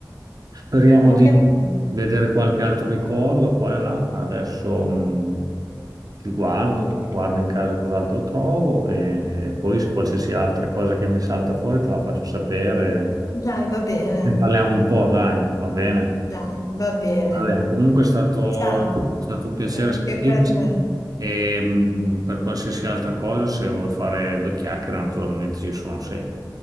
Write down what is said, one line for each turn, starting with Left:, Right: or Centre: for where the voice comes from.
Right: Speriamo
Left: Anche
Right: di
Left: a me.
Right: vedere qualche altro ricordo qua e là. Adesso mh, ti guardo, guardo in casa cos'altro trovo e, e poi se qualsiasi altra cosa che mi salta fuori te la faccio sapere.
Left: Dai, va bene,
Right: Ne Parliamo un po', dai, va bene.
Left: dai, va bene.
Right: Va bene, comunque è stato,
Left: Ciao,
Right: è stato un piacere
Left: anche
Right: sentirci
Left: per me.
Right: e mh, per qualsiasi altra cosa, se vuoi fare due chiacchiere, naturalmente ci sono sempre.